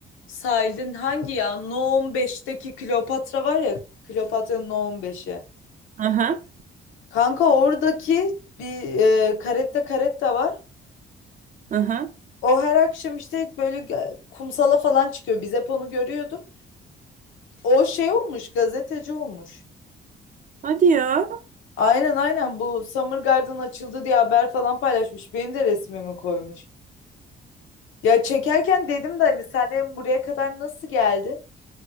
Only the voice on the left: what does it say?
sahilin hangi ya No 15'teki Kleopatra var ya Kleopatra'nın No 15'i.
Kanka oradaki bir e, karetta karetta var.
O her akşam işte böyle ga- kumsala falan çıkıyor. Biz hep onu görüyorduk. O şey olmuş gazeteci olmuş.
Aynen aynen bu Summer Garden açıldı diye haber falan paylaşmış. Benim de resmimi koymuş. Ya çekerken dedim de hani sen hem buraya kadar nasıl geldin?